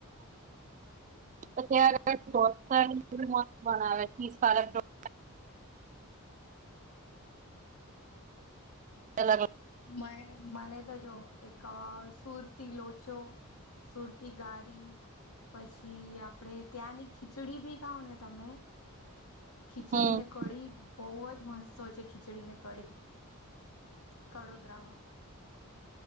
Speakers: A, on the right; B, on the left.
A: તો ત્યાં <unintelligible> બનાવે <unintelligible> <unintelligible>
B: મને મને તો જો એક આ સુરતી લોચો સુરતી ગારી. પછી આપડે ત્યાંની ખીચડી ભી ખાવો ને તમે ખીચડી
A: હમ
B: ને કઢી બહુ જ મસ્ત હોય છે ખીચડી ને કડી. કડોદ્રમાં.